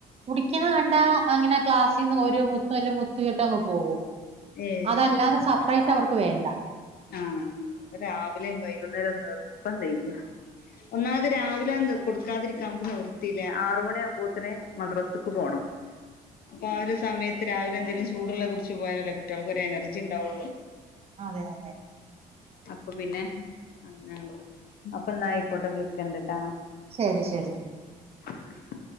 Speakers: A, on the right (about 35°); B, on the left (about 55°).
A: കുടിക്കുന്നത് കണ്ടാ അങ്ങനെ ക്ലാസ്സിന്ന് ഒരു മുത്തല്ല മുത്തിയിട്ടങ്ങ് പോകും
B: ഏഹ്
A: അതല്ലാതെ
B: ആഹ്
A: സെപ്പറേറ്റ് അവർക്ക് വേണ്ട
B: അഹ് പ്പം രാവിലെയും വൈകുന്നേരം നിർബന്തേന് ഒന്നാമത് രാവിലെ കൊടുക്കാതിരിക്കാമ്മക്ക് നിവിർത്തിയില്ല. ആറു മണി ആകുമ്പോത്തിന് മദ്രസ്ക്ക് പോണം അപ്പൊ ആ ഒരു സമയത്ത് രാവിലെ എന്തേലും ചൂടുള്ളെ കുടിച്ച് പോയാലല്ലേ കുട്ട്യൾക്കൊരു എനർജി ഉണ്ടാവൊള്ളൂ
A: അതെ അതെ
B: അപ്പൊ പിന്നെ അങ്ങനെള്ളൂ. അപ്പൊന്നാ അയ്ക്കോട്ടെ വിളിക്കണ്ട് ട്ടാ
A: ശരി ശരി
B: <inaudible>